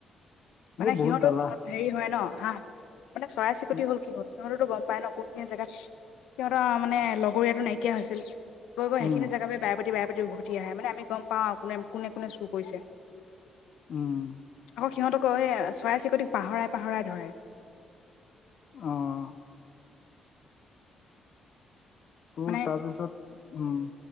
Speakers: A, on the left (about 80°); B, on the left (about 55°).
A: মানে
B: এই বহুত
A: সিহঁতৰও
B: জ্বালা
A: মনত হেৰি হয় ন হাঁহ মানে চৰাই চিকতি
B: উম
A: হ'ল কি হ'ল। সিহঁততো গম পাই ন, কোনখিনি জেগাত সিহঁতৰ মানে লগৰীয়াটো নাইকিয়া হৈছিল। গৈ গৈ সেইখিনি
B: উম
A: জগা বায়ে পতি বায়ে পতি উভতি আহে। মানে আমি গম পাওঁ আৰু কোনে কোনে কোনে চুৰ কৰিছে।
B: উম।
A: আকৌ' সিহঁতক চৰাই চিৰিকটিক পাহৰাই পাহৰাই ধৰে।
B: অঁ। তোৰ
A: মানে
B: তাৰপিছত, উম'।